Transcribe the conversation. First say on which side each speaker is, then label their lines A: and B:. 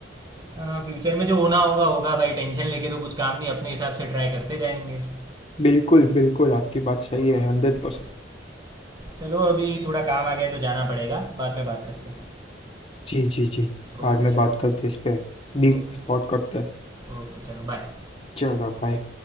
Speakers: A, on the right; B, on the left.
A: हाँ फ्यूचर में जो होना होगा होगा भाई टेंशन लेके तो कुछ काम नहीं अपने हिसाब से ट्राई करते जाएंगे
B: बिल्कुल बिल्कुल आपकी बात सही
A: ओके
B: है
A: ओके
B: हंड्रेड परसेंट
A: चलो अभी थोड़ा काम आ गया है तो जाना पड़ेगा बाद में बात करते हैं
B: जी जी जी
A: ओके
B: बाद में
A: चलो
B: बात करते इस पे डीप
A: ओके
B: थॉट करते हैं।
A: ओके चलो बाय
B: चलो भाई